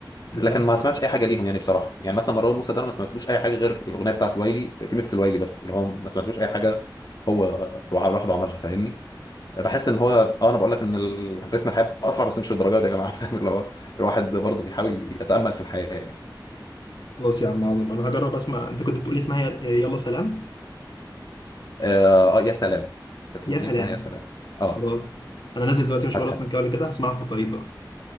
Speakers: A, on the left; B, on the left.
A: بجد
B: لكن ما سمعتش اي حاجه ليهم يعني بصراحه يعني مثلا مروان موسى ده انا ما سمعتلوش اي حاجه غير الاغنيه بتاعت الويلي ريميكس الويلي بس اللي هو ما سمعتلوش اي حاجه هو لوع- لوحده عملها فاهمني بحس ان هو اه انا بقول لك ان ال- رتم الحياه اسرع بس مش للدرجه دي يا جماعه <laughs> فاهم اللي هو الواحد برضه بيحاول يتامل في الحياه يعني
A: خلاص يا عم عظم انا هجرب اسمع انت كنت بتقولي اسمها يل- يلا سلام
B: اه آه، يا سلام كانت
A: يا
B: الاغنيه
A: سلام
B: اسمها يا سلام اه
A: خلاص انا نازل دلوقتي مشوار
B: هتحب
A: اصلا كده ولا كده هسمعها في الطريق بقى